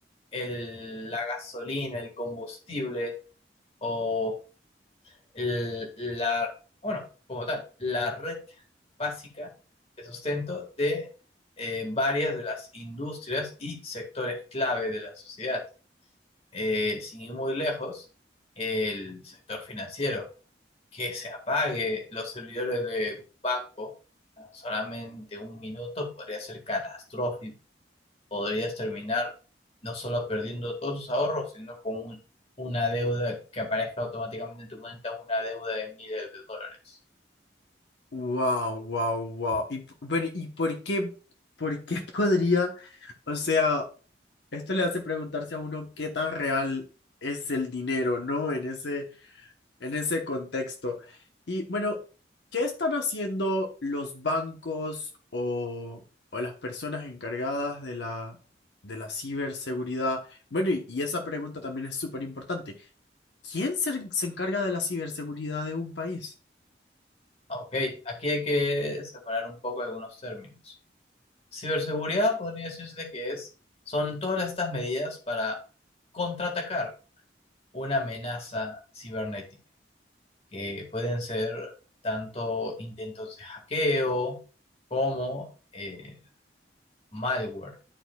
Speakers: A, on the left (about 35°); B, on the left (about 80°).
A: el- la gasolina, el combustible o el- la, bueno, como tal, la red básica de sustento de eh, varias de las industrias y sectores clave de la sociedad. eh, sin ir muy lejos, el sector financiero, que se apague los servidores de un banco en solamente un minuto podría ser catastrófico, podrías terminar no solo perdiendo todos tus ahorros, sino con un- una deuda que aparezca automáticamente en tu cuenta, una deuda de miles de dólares.
B: Wow, wow, wow. Y p- bueno, ¿y por qué, por qué <laughs> podría, o sea, esto le hace preguntarse a uno qué tan real es el dinero, ¿no? En ese en ese contexto. Y bueno, ¿qué están haciendo los bancos o, o las personas encargadas de la, de la ciberseguridad? Bueno, y, y esa pregunta también es súper importante. ¿Quién se, se encarga de la ciberseguridad de un país?
A: Ah, Ok, aquí hay que separar un poco algunos términos. Ciberseguridad podría decirse que es, son todas estas medidas para contraatacar una amenaza cibernética, que pueden ser tanto intentos de hackeo como eh, malware,